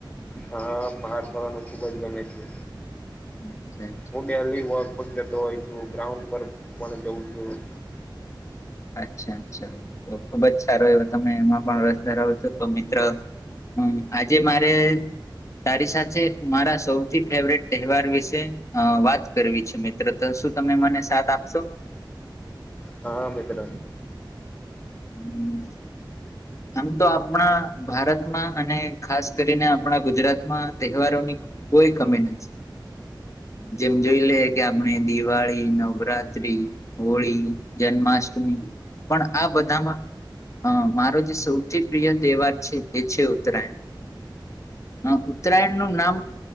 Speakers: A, on the left (about 20°); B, on the left (about 40°).
A: હા બહાર ફરવાનું ખુબ જ છે.
B: <unintelligible>
A: હું ડેલી વોક પર જતો હોય છું ગ્રાઉન્ડ પર પણ જઉં છું.
B: અચ્છા અચ્છા તો ખુબ જ સારો એવ તમે એમાં પણ રસ ધરાવો છો તો મિત્ર. હમ આજે મારે. તારી સાથે મારા સૌથી ફેવરીટ તહેવાર વિશે અ વાત કરવી છે. મિત, ત્રતા શું તમે મને સાથ આપશો?
A: હા મિત્ર.
B: હમ, આમ તો આપણા ભારતમાં અને ખાસ કરીને આપણા ગુજરાતમાં તહેવારોની કોઈ કમી નથી. જેમ જોઈ લે કે આપણે દિવાળી, નવરાત્રી, હોળી, જન્માષ્ટમી પણ આ બધામાં અ મારો જે સૌથી પ્રિય તહેવાર છે એ છે ઉત્તરાયણ. હ ઉત્તરાયણનું નામ.